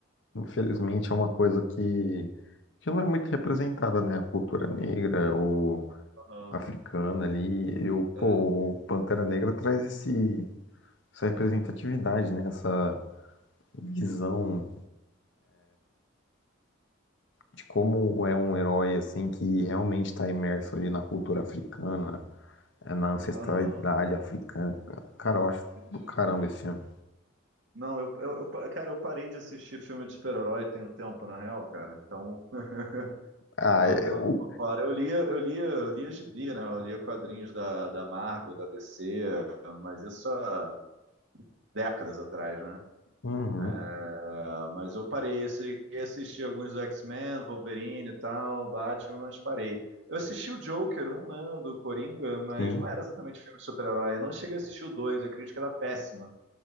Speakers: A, on the left; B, on the right.
A: infelizmente é uma coisa que, que não é muito representada, né? A cultura negra, o
B: Aham,
A: africana ali. Eu,
B: é.
A: pô, o Pantera Negra traz esse essa representatividade, né? Essa visão de como é um herói assim que realmente está imerso ali na cultura africana, é, na ancestralidade
B: Aham,
A: africana. Cara, eu acho
B: entendi.
A: do caramba esse filme.
B: Não, eu, eu, eu, pa- cara, eu parei de assistir filme de super-herói tem um tempo, na real, cara. Então, <laughs>
A: Ah,
B: é um
A: é
B: tempo
A: o.
B: que eu tô fora. Eu lia, eu lia, eu lia gibi, né? Eu lia quadrinhos da, da Marvel, da DC, mas isso há décadas atrás, né?
A: Uhum,
B: É, mas eu parei, eu cheguei a assistir alguns do X-Men, Wolverine e tal, Batman, mas parei. Eu assisti o Joker um, né, do Coringa, mas
A: sim,
B: não era exatamente filme de super-herói. Eu não cheguei a assistir o 2, a crítica era péssima.